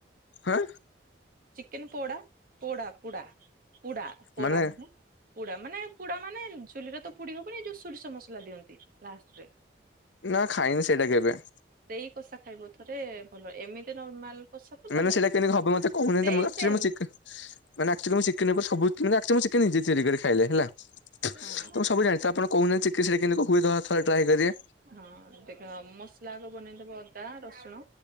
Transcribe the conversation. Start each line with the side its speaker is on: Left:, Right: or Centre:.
Left: ଆଁ।
Right: ଚିକେନ ପୋଡ଼ା ପୋଡ଼ା ପୁଡ଼ା ପୁଡ଼ା ପୋଡା
Left: ମାନେ
Right: ନୁହେଁ। ପୁଡା ମାନେ ପୁଡା ମାନେ ଚୁଲିରେ ତ ପୁଡି ହବନି ଯୋଉ ସୋରିଷ ମସଲା ଦିଅନ୍ତି ଲାଷ୍ଟରେ।
Left: ନା ଖାଇନି ସେଇଟା କେବେ।
Right: ସେଇ କଷା ଖାଇବ ଥରେ ଭଲ ଏମିତି ନର୍ମାଲ କଷା ତ
Left: ମାନେ
Right: ଭଲ
Left: ସେଇଟା କେମିତି ହବ ମତେ କହୁନାହାନ୍ତି,
Right: ସେଇ
Left: ମୁଁ ଅକ୍ଚୁଆଲି
Right: ସେମ୍
Left: ମୁଁ ଚିକେ ମାନେ ଆକ୍ଚୁଆଲି ମୁଁ ଚିକେନକୁ ସବୁ ଦିନ ଆକ୍ଚୁଆଲି ମୁଁ ନିଜେ ତିଆରି କରେ ଖାଇଲେ ହେଲା, ତ
Right: ହଁ।
Left: ମୁଁ ସବୁ ଜାଣି ତ ଆପଣ କହୁନାନ୍ତି ଚିକେ ସେଇଟା କେମିତି କଣ ହୁଏ ଥରେ ଟ୍ରାଏ କରିବା।
Right: ହଁ ଦେଖ ମସଲା ଆଗ ବନେଇଦବ ଅଦା ରସୁଣ